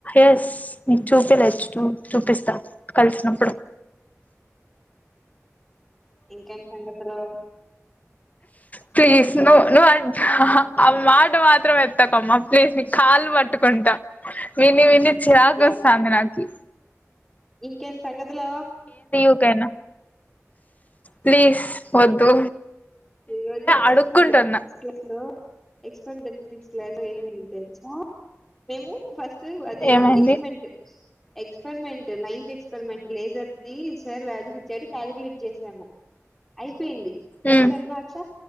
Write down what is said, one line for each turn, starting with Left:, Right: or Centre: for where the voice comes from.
Left: ఎస్ నీకు చూపలే చూ చూపిస్తా కలిసినప్పుడు
Centre: ఇంకేం సంగతులు
Left: ప్లీస్ నో నో ఆ ఆ మాట మాత్రం ఎత్తకమ్మా ప్లీజ్ నీ కాళ్ళు పట్టుకుంటా విని విని షాక్
Centre: యా
Left: ఇస్తంది నాకి
Centre: ఇంకేం సంగతులు
Left: ఒకేనా ప్లీజ్ వద్దు
Centre: ఈరోజు ఎక్స్పెరిమెంట్
Left: అడుక్కుంటున్నా
Centre: వుంది <unintelligible> ఎక్స్ <unintelligible> క్లాస్ అయిపోయింది తెలుసా మేము ఫస్ట్ అది
Left: ఏమైంది
Centre: ఎక్స్మెంట్ ఎక్స్పెరిమెంట్ నైన్త్ ఎక్స్పెరిమెంట్ లేజర్ ఇది సార్ వాల్యూస్ ఇచ్చాడు క్యాలుక్లేట్ చేసాము అయిపోయింది దాని
Left: ఉమ్
Centre: తర్వాత